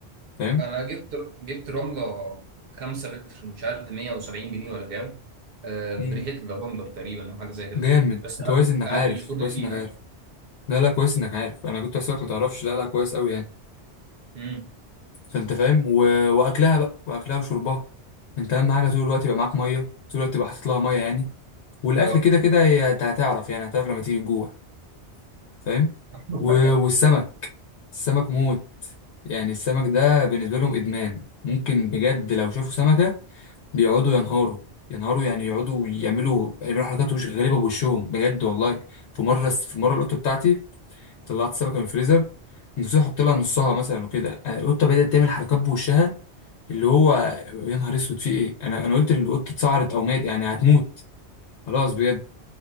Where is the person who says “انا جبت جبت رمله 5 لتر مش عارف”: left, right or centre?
Right